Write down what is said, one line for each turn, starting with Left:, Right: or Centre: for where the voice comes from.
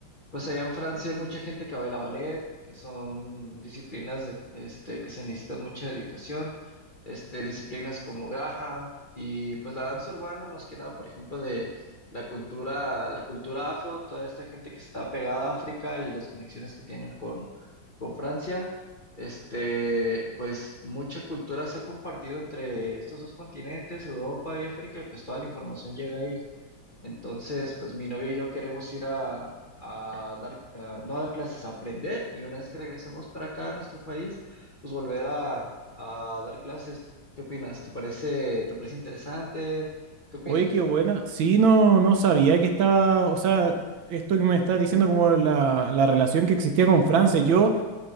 Left: pues allá en Francia hay mucha gente que baila ballet, que son disciplinas de, este, que se necesitan mucha dedicación, este, disciplinas como Graham y pues la danza urbana, más que nada, por ejemplo, de la cultura, la cultura afro, toda esta gente que está pegada a África y las conexiones que tienen con, con Francia, este, pues mucha cultura se ha compartido entre estos dos continentes, Europa y África, y pues toda la información llega ahí. Entonces, pues mi novia y yo queremos ir a, a dar, a- no a dar clases, a aprender y una vez que regresemos para acá a nuestro país, pues volver a, a dar clases. ¿Qué opinas? ¿Te parece, te parece interesante? ¿Qué opinas?
Right: Oye, qué buena. Sí, no, no sabía que estaba, o sea, esto que me estás diciendo como la, la relación que existía con Francia. Yo,